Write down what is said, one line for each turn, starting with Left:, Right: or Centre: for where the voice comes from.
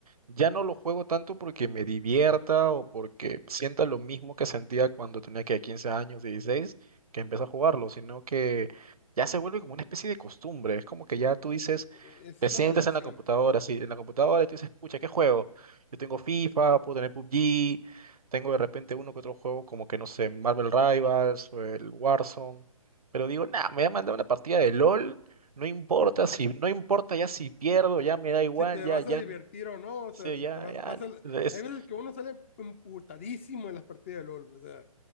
Right: ya no lo juego tanto porque me divierta o porque sienta lo mismo que sentía cuando tenía que 15 años, 16 que empecé a jugarlo, sino que ya se vuelve como una especie de costumbre. Es como que ya tú dices,
Left: e- es
Right: te sientas
Left: la maldición.
Right: en la computadora, sí, en la computadora y tú dices, pucha, ¿qué juego? Yo tengo FIFA, puedo tener PUBG, tengo de repente uno que otro juego como que no sé, Marvel Rivals o el Warzone, pero digo, nada, me voy a mandar una partida de LOL, no importa si, no importa ya si pierdo,
Left: Sí,
Right: ya me da igual,
Left: si te
Right: ya,
Left: vas
Right: ya,
Left: a divertir o no, o
Right: sí,
Left: sea, si
Right: ya,
Left: te vas,
Right: ya.
Left: vas a...
Right: Es,
Left: Hay veces que uno sale emputadísimo en las partidas de LOL, o sea,